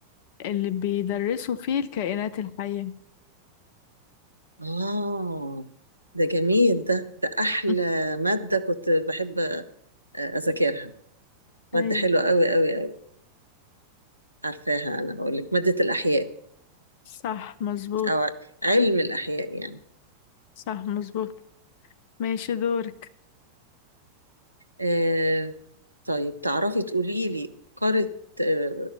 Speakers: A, on the left; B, on the right.
A: اللي بيدرسوا فيه الكائنات الحية
B: اه ده جميل ده ده احلى
A: <laughs>
B: مادة كنت بحب أ- اذاكرها مادة
A: أيوه
B: حلوة قوي قوي قوي عارفاها انا هقول لك مادة الاحياء
A: صح مظبوط
B: او علم الاحياء يعني
A: صح مظبوط ماشي دورك
B: آه، طيب تعرفي تقولي لي قارة آه،